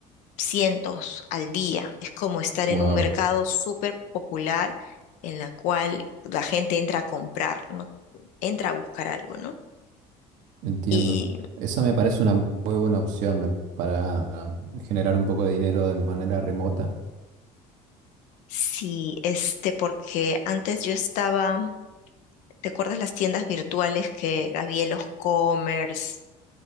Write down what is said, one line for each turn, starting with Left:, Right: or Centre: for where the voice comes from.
Left: cientos al día. Es como estar
Right: Wow.
Left: en un mercado súper popular en la cual la gente entra a comprar, no entra a buscar algo, ¿no?
Right: Entiendo.
Left: Y
Right: Esa me parece una muy buena opción me- para ah, generar un poco de dinero de manera remota.
Left: sí, este, porque antes yo estaba ¿Te acuerdas las tiendas virtuales que había en los commerce?